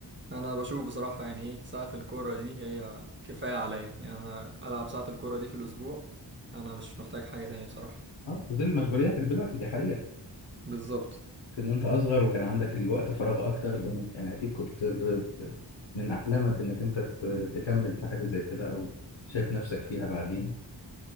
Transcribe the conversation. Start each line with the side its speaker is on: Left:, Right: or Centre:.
Right: أنا بشوف بصراحة يعني إيه ساعة الكورة دي هي كفاية عليا يعني أنا ألعب ساعة الكورة دي في الأسبوع أنا مش محتاج حاجة تاني بصراحة
Left: اه في ظل مشغولياتك دلوقتي دي حقيقه
Right: بالظبط
Left: كان وانت اصغر وكان عندك الوقت فراغ اكتر كنت- يعني اكيد كنت ب... من احلامك انك انت ت- تكمل في حاجه زي كده او شايف نفسك فيها بعدين